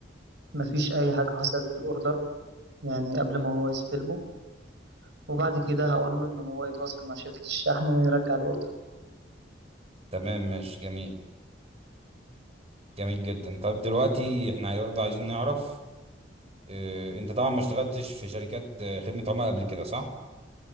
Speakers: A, on the right; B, on the right.
A: مفيش اي حاجة حصلت في الاوردر يعني قبل ما هو يستلمه وبعد كده هقول له ان هو يتواصل مع شركة الشحن ويرجع الاوردر
B: تمام ماشي جميل جميل جدا طيب دلوقتي احنا برضه عايزين نعرف اه انت طبعا ما اشتغلتش في شركات آه، خدمه عملاء قبل كده صح